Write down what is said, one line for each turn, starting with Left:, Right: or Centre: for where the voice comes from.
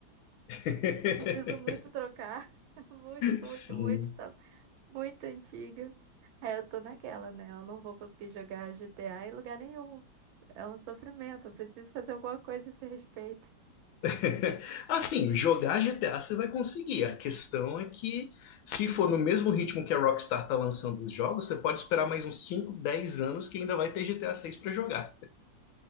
Left: <laughs>
Right: preciso muito trocar, <laughs> muito, muito,
Left: Sim.
Right: muito, tá muito antiga. Aí eu tô naquela, né? Eu não vou conseguir jogar GTA em lugar nenhum. É um sofrimento, eu preciso fazer alguma coisa a esse respeito.
Left: <laughs> Assim, jogar GTA você vai conseguir. A questão é que, se for no mesmo ritmo que a Rockstar tá lançando os jogos, você pode esperar mais uns 5 10 anos que ainda vai ter GTA 6 para jogar.